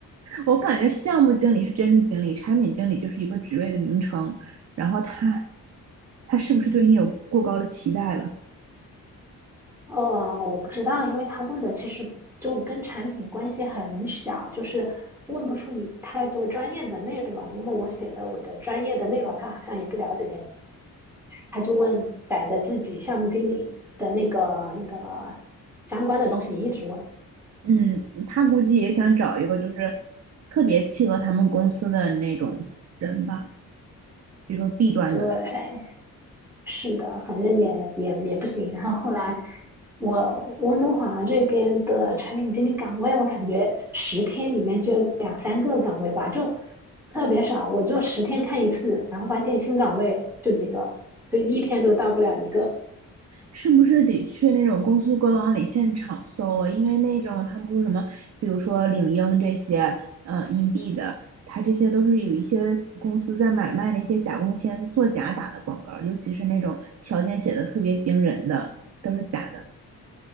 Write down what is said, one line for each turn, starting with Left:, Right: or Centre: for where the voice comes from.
Right: 我感觉项目经理是真的经理，产品经理就是一个职位的名称。然后他他是不是对你有过高的期待了？
Centre: 呃，我不知道，因为他问的其实就跟产品关系很小，就是问不出你太多专业的内容。因为我写的我的专业的内容，他好像也不了解那，他就问逮着自己项目经理的那个那个相关的东西一直问。
Right: 嗯，他估计也想找一个就是特别契合他们公司的那种人吧，比如说 B 端的。
Centre: 对，是的，反正也也也不行。然后后来我温哥华这边的产品经理岗位，我感觉十天里面就两三个岗位吧，就特别少。我就十天看一次，然后发现新岗位就几个，就一天都到不了一个。
Right: 是不是得去那种公司官网里现场搜啊？因为那种他不是什么，比如说领英这些，呃，Indeed 的，它这些都是有一些公司在买卖那些假工签、作假打的广告尤其是那种条件写的特别惊人的，都是假的，